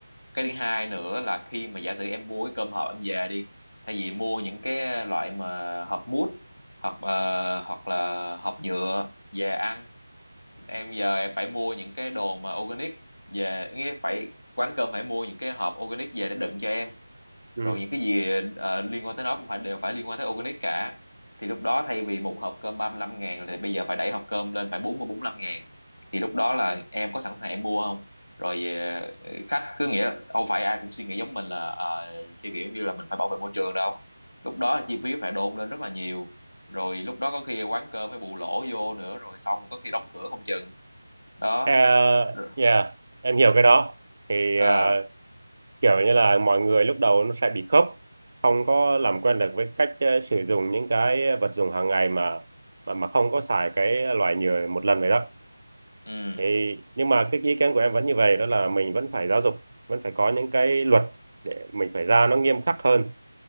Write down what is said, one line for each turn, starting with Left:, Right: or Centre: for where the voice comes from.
Left: cái thứ hai nữa là khi mà giả sử em mua cái cơm hộp em về đi thay vì mua những cái loại mà hộp mút hoặc ờ, hoặc là hộp nhựa về ăn em giờ em phải mua những cái đồ mà organic về nghĩa phải quán cơm phải mua những cái hộp organic về để đựng cho em
Right: ừ
Left: rồi những cái gì ờ, liên quan tới nó cũng phải đều phải liên quan tới organic cả thì lúc đó thay vì một hộp cơm 35 ngàn thì bây giờ phải đẩy hộp cơm lên phải 40 lăm ngàn thì lúc đó là em có sẵn sàng em mua không rồi ờ, khách cứ nghĩa không phải ai cũng suy nghĩ giống mình là ờ, kiểu kiểu như là mình phải bảo vệ môi trường đâu lúc đó là chi phí phải đôn lên rất là nhiều rồi lúc đó có khi quán cơm phải bù lỗ vô nữa rồi xong có khi đóng cửa không chừng đó
Right: Ờ,
Left: rồi
Right: yeah, em hiểu cái đó thì
Left: à
Right: ờ, kiểu như là mọi người lúc đầu nó sẽ bị khớp không có làm quen được với cách ờ, sử dụng những cái vật dụng hàng ngày mà mà mà không có xài cái loại nhựa một lần vậy đó
Left: ừ
Right: thì nhưng mà cái ý kiến của em vẫn như vậy đó là mình vẫn phải giáo dục vẫn phải có những cái luật để mình phải ra nó nghiêm khắc hơn